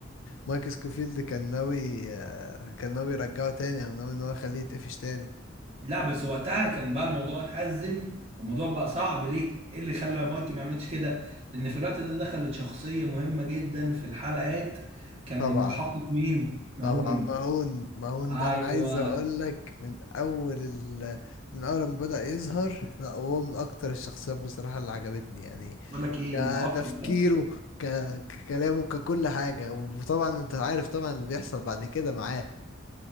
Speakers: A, on the left (about 65°); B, on the right (about 30°).
A: مايك سكوفيلد كان ناوي كان ناوي يرجعه تاني او ناوي ان هو يخليه يتقفش تاني
B: لا بس وقتها كان بقى الموضوع اتأزم والموضوع بقى صعب ليه؟ ايه اللي خلى مايك ما يعملش كده؟ لأن في الوقت ده دخلت شخصية مهمة جدا في الحلقات كان
A: طبعا
B: المحقق مين؟ مهون
A: طبعا مهون مهون
B: ايوه
A: ده انا عايز اقول لك من اول ال... من اول ما بدأ يظهر لا هو من اكتر الشخصيات بصراحة اللي عجبتني يعني
B: بقول لك ايه
A: كتفكيره
B: المحقق ده
A: ك... ككلامه ككل حاجة وطبعا انت عارف طبعا اللي بيحصل بعد كده معاه